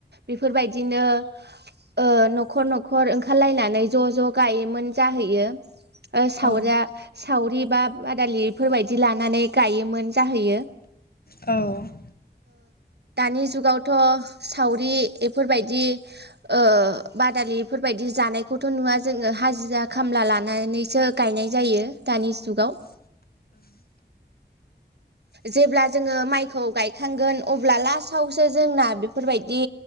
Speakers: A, on the right; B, on the left.
A: बेफोरबायदिनो ओ न'खर न'खर ओंखारलायनानै ज' ज' गायोमोन जाहैयो। ओ सावरिया
B: औ
A: सावरि बा बादालिफोर बायदि लानानै गायोमोन जाहोयो।
B: औ ।
A: दानि जुगाव थ' सावरि एफोरबायदि ओ बादालि बेफोरबायदि जानायखौथ' नुवा जोङो हाजिरा खामला लानानैसो गायनाय जायो। दानि जुगाव जेब्ला जोङो माइ खौ गायखांगोन अब्ला लासावसो जोंना बेफोरबायदि